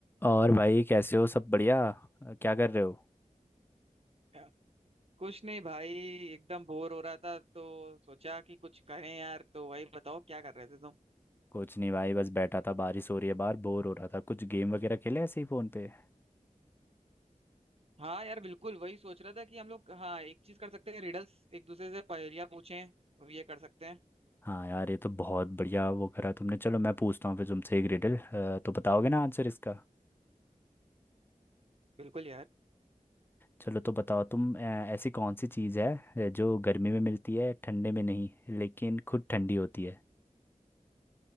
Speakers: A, on the left; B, on the right.
A: और भाई कैसे हो सब बढ़िया अ, क्या कर रहे हो
B: क्या? कुछ नहीं भाई एकदम बोर हो रहा था तो सोचा कि कुछ करें यार तो वही बताओ क्या कर रहे थे तुम
A: कुछ नहीं भाई बस बैठा था बारिश हो रही है बाहर बोर हो रहा था कुछ गेम वगैरह खेले ऐसे ही फ़ोन पे
B: हाँ यार बिल्कुल वही सोच रहा था कि हम लोग हाँ एक चीज कर सकते हैं रिडल्स एक दूसरे से पहेलियां पूछें अब ये कर सकते हैं
A: हाँ यार ये तो बहुत बढ़िया वो करा तुमने चलो मैं पूछता हूँ फिर तुमसे एक रिडल तो बताओगे ना आंसर इसका
B: बिल्कुल यार
A: चलो तो बताओ तुम अ, ऐसी कौन सी चीज़ है अ, जो गर्मी में मिलती है ठंडे में नहीं लेकिन खुद ठंडी होती है